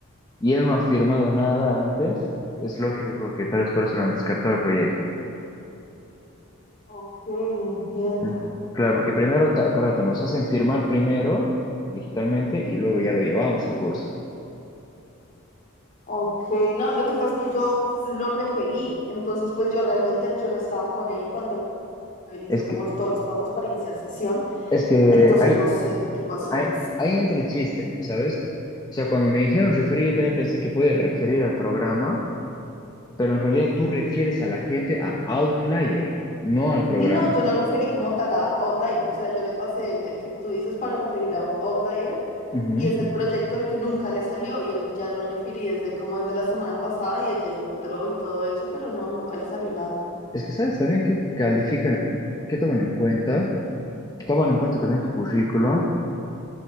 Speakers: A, on the left; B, on the left.
A: y él no ha firmado nada antes, es lógico que tal vez por eso lo han descartado el proyecto.
B: Ok, entiendo.
A: Ujú. Claro, porque primero, ta- acuérdate, nos hacen firmar primero digitalmente y luego ya lo llevamos el curso.
B: Ok, no, lo que pasa es que yo lo referí, entonces pues yo realmente yo no estaba con él cuando él hizo
A: Es
B: como
A: que,
B: todos los pasos para iniciar sesión,
A: es que
B: entonces
A: hay,
B: no sé qué pasó.
A: Ahí, ahí entra el chiste, ¿sabes? O sea, cuando me dijeron referir, yo también pensé que puede referir al programa, pero en realidad tú refieres a la gente a Outlier, no al programa.
B: Sí, no, yo lo referí como tal a Outlier, o sea, yo le pasé el, el que tú dices para referir a Outlier
A: Ujú.
B: y es el proyecto al que nunca le salió y él ya lo referí desde como desde la semana pasada y él ya entró y todo eso, pero no, nunca le salió nada.
A: Es que, ¿sabes? También que califican, que toman en cuenta, toman en cuenta también tu currículo